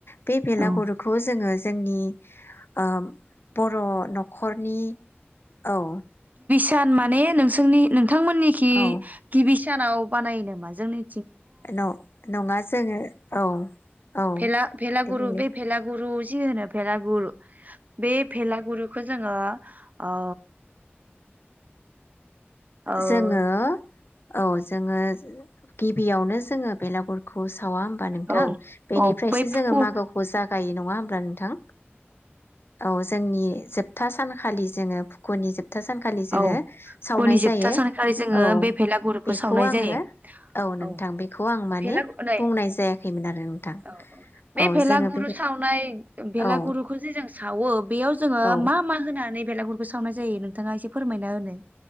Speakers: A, on the left; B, on the right.
A: बे बेलागुरुखौ
B: औ
A: जोङो जोंनि ओ बर' न' खरनि औ
B: दान माने नोंसोरनि बिथांमोननिखि
A: औ
B: गिबि सानाव बानायो नामा जोंनि
A: न-नङा जोङो औ औ
B: भेला-भेलागुरु
A: औ
B: बे भेलागु गुरु जि होनो भेलागुर बे भेलागुरु खौ जोङो ओ ओ
A: जोंङो औ जोंङो गिबियावनो जोंङो बेलागुर सावा होमबा नोंथां
B: औ
A: बेनिफ्रायसो
B: औ बै
A: जोंङो
B: फुखु
A: मागोखौ जागायो नंङा ह हब्ला नोंथां औ जोंनि जोबथा सानखालि जोंङो फुख'नि जोबथा सथा सानखालि जोंङो
B: औ फुखुनि
A: सावनाय जायो
B: जोबथा सनिखालि जोंङो
A: औ
B: बे भेलागुरुखौ
A: बेखौ
B: सावनाय
A: आङो
B: जायो
A: नोंथां
B: औ
A: बेखौ आं माने
B: भेला नै
A: बुंनाय जायाखैमोन आरो नोंथां
B: औ औ बे भेलागुरु
A: जोङो बे
B: सावनाय भेलागुरुखौ
A: औ
B: जे जों सावो बेयाव जोंङो
A: औ
B: मा मा होनानै बेलागुरखौ सावनाय जायो नोंथाङा एसे फोरमायना होनो